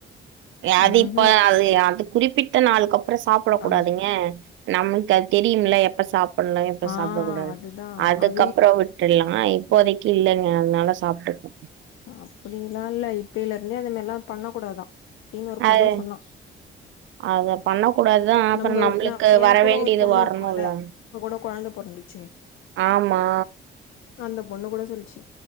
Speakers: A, on the right; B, on the left.
A: ய அது
B: ம்ஹும்
A: இப்ப அது ய அது குறிப்பிட்ட நாளுக்கப்றோ சாப்ட கூடாதுங்க
B: ஆ
A: நம்ளுக் அத் தெரியுமில்ல எப்ப சாப் பட்ணு எப்ப
B: ஆ
A: சாப்டக்கூடாது
B: அதுதா
A: அதுக்கப்றோ
B: அது
A: விட்டுர்லா இப்போதைக்கு இல்லங்க அத்னால சாப்ட்டுப்ப
B: அ அப்டில்லா இல்ல இப்பைலருந்தே அந்த மேர்ல்லா பண்ணக்கூடாதா கூடாதான் அப்டினு ஒரு
A: அது
B: பொண்ணு சொன்னா
A: அத பண்ண கூடாதுதா அப்புறோ
B: நம்ப
A: நம்மளுக்கு
B: நா ஏ
A: வர
B: கூட
A: வேண்டியது
B: ஒரு பொண்ணு
A: வரணும்ல
B: இருக்குல்ல இப்ப கூட கொழந்த பொறந்துச்சு
A: ஆமா
B: அந்த பொண்ணு கூட சொல்ச்சு